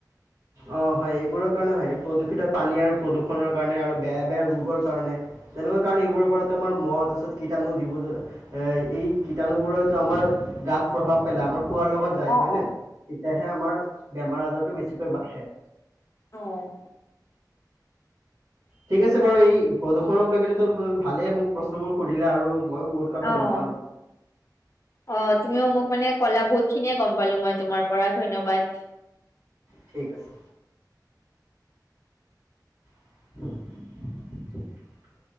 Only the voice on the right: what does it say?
অঁ হয়, এইবোৰৰ কাৰণে হয় প্ৰদূষিত পানী আৰু প্ৰদূষণৰ কাৰণে আৰু বেয়া বেয়া ৰোগৰ- কাৰণে, তেনেকুৱা কাৰণে এইবোৰৰ পৰা আমাৰ মহ তাৰপিছত কীটাণু জীৱ- এই কীটাণুবোৰতো আমাৰ গাত প্ৰভাৱ পেলাই, আমাৰ খোৱাৰ লগত- যায়
হয়
নে, তেতিয়াহে আমাৰ বেমাৰ আজাৰটো বেছিকৈ বাঢ়ে।
ঠিক আছে বাৰু, এই প্ৰদূষণক লৈ কিনেটো ভালেই মোক প্ৰশ্নবোৰ সুধিলে আৰু মইয়ো বহুত- কথা
গম পালোঁ
ঠিক আছে। <inaudible>